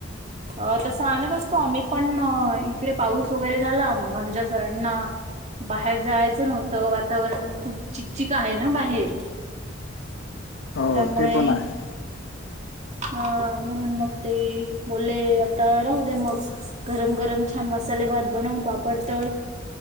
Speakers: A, on the right (about 35°); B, on the left (about 90°).
A: अ तसं आणत असतो आम्ही पण इकडे पाऊस वगैरे झाला मग आमच्या सरांना बाहेर जायचं नव्हतं वातावरण खूप चिकचिक आहे ना बाहेर
B: हो
A: त्यामुळे
B: ते पण आहे
A: हा म्हणून मग ते बले आता राहू दे मग गरम गरम छान मसाले भात बनवू पापड तळ